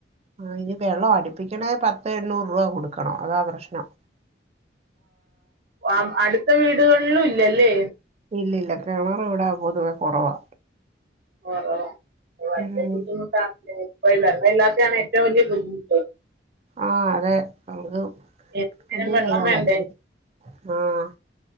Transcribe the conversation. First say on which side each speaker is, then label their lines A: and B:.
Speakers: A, on the right; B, on the right.
A: ആ ഇനി വെള്ളം അടിപ്പിക്കണ പത്ത് എണ്ണൂറ് രൂപ കൊടുക്കണോ അതാ പ്രശ്നം
B: ആഹ് അടുത്ത വീടുകളിലും ഇല്ലല്ലേ
A: ഇല്ല ഇല്ല കിണർ ഇവിടാ പൊതുവെ കുറവാ
B: കൊറവാ വല്യ
A: ഉം
B: ബുദ്ധിമൂട്ടാണ് വെള്ളം ഇല്ലാത്തതാണ് ഏറ്റവും വലിയ ബുദ്ധിമുട്ട്.
A: ആഹ് അതെ നമുക്ക്
B: എന്തിനും
A: ഒന്നും
B: വെള്ളം
A: ചെയ്യാൻ
B: വേണ്ടേ
A: പറ്റത്തില്ലാ ആഹ്